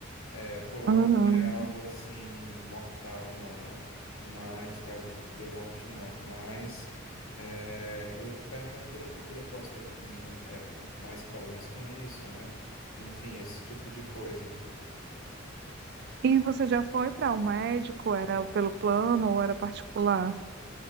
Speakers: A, on the left; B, on the right.
A: É, por hora
B: Uhum.
A: não é algo assim mortal, não, né? Mas, caso de de morte, não. Mas é, eu estou perguntando porque no futuro eu posso ter hum, é, mais problemas com isso, né? Enfim, esse tipo de coisa.
B: E você já foi para o médico? Era pelo plano ou era particular?